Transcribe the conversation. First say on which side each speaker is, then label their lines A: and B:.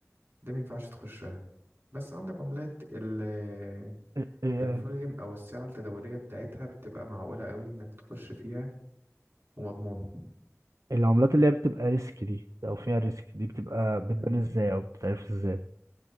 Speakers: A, on the right; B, on the right.
A: دي مينفعش تخشها بس عندك عملات ال آه،
B: إيه- إيه-
A: الفوليوم أو السعة التداولية بتاعتها بتبقى معقولة قوي إنك تخش فيها ومضمونة
B: العملات اللي هي بتبقى ريسك دي او فيها ريسك دي بتبقى بتبان
A: مم.
B: ازاي او بتتعرف ازاي